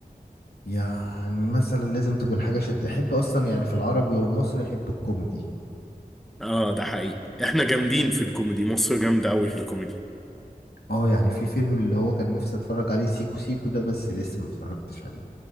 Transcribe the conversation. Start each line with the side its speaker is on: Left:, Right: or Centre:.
Left: يعني مثلا لازم تكون حاجه شد احب اصلا يعني في العربي والمصري احب الكوميدي
Centre: اه ده حقيقي احنا جامدين في الكوميدي مصر جامده قوي في الكوميدي
Left: اه يعني في فيلم اللي هو كان نفسي اتفرج عليه سيكو سيكو ده بس لسه ما اتفرجتش عليه